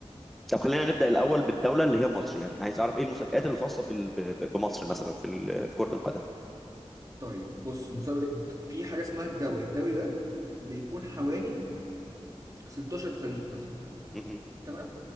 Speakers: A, in the centre; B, on the right.
A: طب خلينا نبدا الاول بالدوله اللي هي مصر يعني عايز اعرف ايه المسابقات الخاصه بال- ب- ب- بمصر مثلا في ال- في كره القدم
B: طيب بص مسابقه في حاجه اسمها الدوري الدوري ده بيكون حوالي 16 فريق مثلا
A: م- م.
B: تمام